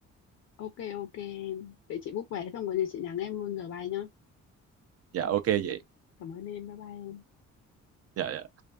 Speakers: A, on the left; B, on the right.
A: ok ok em. vậy chị book vé xong rồi gì chị nhắn em luôn giờ bay nhá
B: dạ
A: ok
B: ok vậy
A: cảm cảm ơn em bye bye em
B: dạ dạ